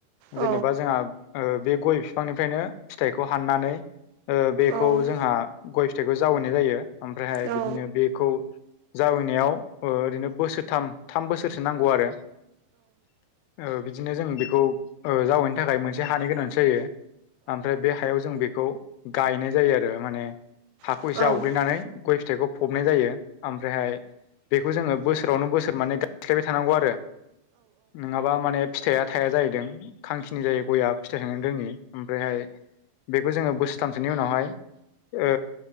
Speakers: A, on the right (about 85°); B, on the left (about 85°).
A: औ
B: जेनेबा जोंहा ओ बे गय बिफांनिफ्रायनो फिथाइखौ हाननानै ओ बेखौ
A: औ
B: जोंहा गय फि फिथाइखौ जावहैनाय जायो ओमफ्रायहाय
A: औ
B: बिदिनो बेखौ जावैनायाव ओ ओरैनो बोसोरथाम थाम बोसोरसो नांगौ आरो। ओ बिदिनो जों बेखौ ओ जावैनो थाखाय मोनसे हानाय गोनां जायो। ओमफ्राय बे हायाव जों बेखौ गायनाय जायो आरो माने हाखौ
A: औ
B: एसे आवग्लिनानै गय फिथाइखौ फबनाय जायो ओमफ्रायहाय बे बेखौ जोङो बोसोरावनो बोसोर माने गायस्लायबाय थानांगौ आरो नङाबा माने फिथाइया थाया जाहैदों खांखिनि जायो गया फिथाइ थानो रोङि ओमफ्रायहाय बे जोङो बोसोरथामसोनि उनावहाया ओ